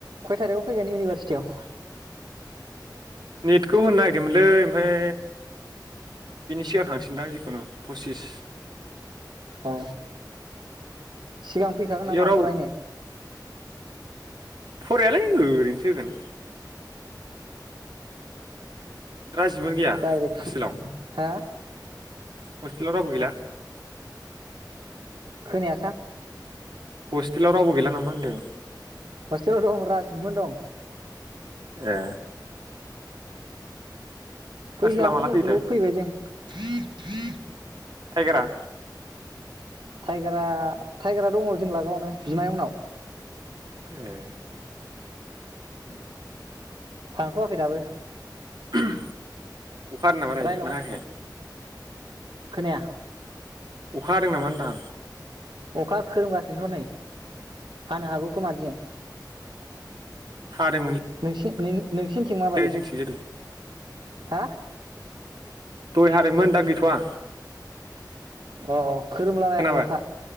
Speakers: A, on the right; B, on the right.
A: खय थारिखआव फैगोन इउनिभारसिटियाव?
B: निद खौ होननो नागिरदोंमोनलै ओमफाय बिनि सिगां थांसिदां जिखुनु पसिस
A: अ सिगां फैखागोन
B: इयाव
A: नामा
B: रावबो
A: फरायनो?
B: फरायालै ओरैनोसो होगोन। <unintelligible> गैया
A: दायरेख थु
B: हस्टेलाव
A: हो
B: हस्टेलाव रावबो गैला
A: खोनाया सां
B: हस्टेलाव रावबो गैला नामा होनदों।
A: हस्टेलाव दं राजिबमोन दं
B: ए
A: फैहोआमोन
B: आसोला माला
A: जोंखौब
B: फैयोथाय
A: फैबाय जों। <inaudible>
B: टायगारा
A: टायगारा-टायगारा दंङ जों लागावनो बिमायअंनाव।
B: ए अम
A: थांथवाखै दाबो
B: <unintelligible> अखा हादों नामा दायो
A: रायलाव
B: ना हायाखै।
A: खोनाया
B: अखा हादों नामा होनदां
A: अखा खोरोमगासिनोथ नै हानो हागौ खोमादिनि
B: हादोंमोन।
A: नोंसि नों नोंसिनिथिं माबायदि
B: जोंथिंजाय दहाय
A: हा
B: दय हादोंमोन दा गैथवा।
A: अ अ खोरोमलाबायाखै
B: खोनाबाय
A: अखा